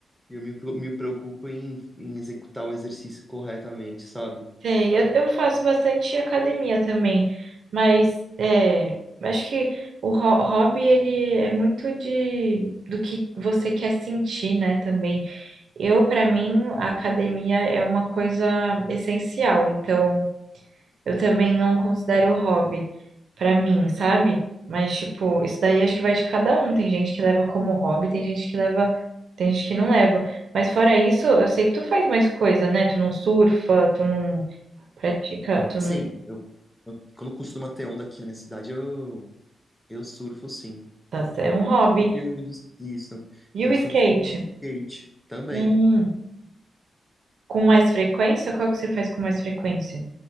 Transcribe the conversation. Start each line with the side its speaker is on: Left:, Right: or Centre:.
Centre: e eu me, pre- me preocupo em, em executar o exercício corretamente, sabe?
Right: Sei, eu, eu faço bastante academia também, mas é, acho que o ho- hobby ele é muito de do que você quer sentir, né, também. Eu, para mim, a academia é uma coisa essencial, então eu também não considero hobby para mim, sabe? Mas tipo, isso daí acho que vai de cada um. Tem gente que leva como hobby, tem gente que leva, tem gente que não leva. Mas fora isso, eu sei que tu faz mais coisa, né? Tu não surfa, tu não Pratica, tu
Centre: Assim,
Right: não...
Centre: eu, eu- quando costuma ter onda aqui na minha cidade, eu, eu surfo sim.
Right: tá, é um hobby.
Centre: Surfo e ando de- isso.
Right: E
Centre: Eu
Right: o
Centre: surfo
Right: skate?
Centre: e ando de skate também.
Right: Hum, com mais frequência? Qual que você faz com mais frequência?